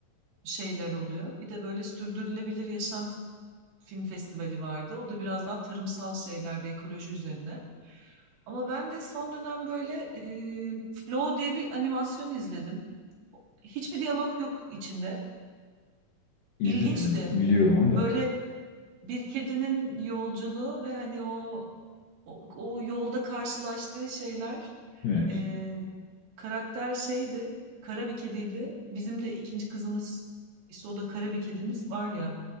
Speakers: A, on the right (about 85°); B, on the left (about 70°).
A: şeyler oluyor. Bir de böyle sürdürülebilir yaşam film festivali vardı. O da biraz daha tarımsal şeyler ve ekoloji üzerine. Ama ben de son dönem böyle e, Flow diye bir animasyon izledim. Hiçbir diyalog yok içinde.
B: İzlemedim.
A: İlginçti.
B: Biliyorum onu da.
A: Böyle bir kedinin yolculuğu ve hani o o, o yolda karşılaştığı şeyler
B: Evet.
A: e, karakter şeydi, kara bir kediydi. Bizim de ikinci kızımız işte o da kara bir kedimiz var ya.